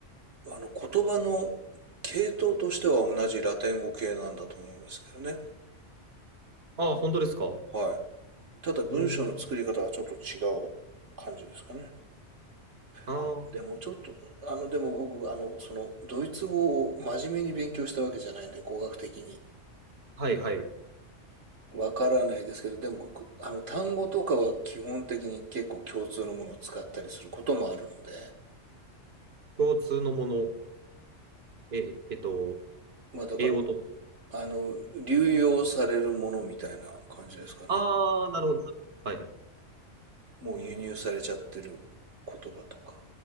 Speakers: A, on the right; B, on the right.
A: あの言葉の系統としては同じラテン語系なんだと思うんですけどね。
B: ああ、本当ですか
A: はい。ただ文章の作り方はちょっと違う感じですかね。
B: うん。ああ、
A: あ、でもちょっと、あの、でも僕、あの、その、ドイツ語を真面目に勉強したわけじゃないんで、語学的に。
B: はいはい。
A: わからないですけど、でも僕あの単語とかは基本的に結構共通のものを使ったりすることもあるので、
B: 共通のもの。え、えっと、
A: まあだから、
B: 英語と。
A: あの、流用されるものみたいな感じですかね。
B: ああ、なるほど。はい。
A: もう輸入されちゃってる言葉とか。
B: あー
A: だか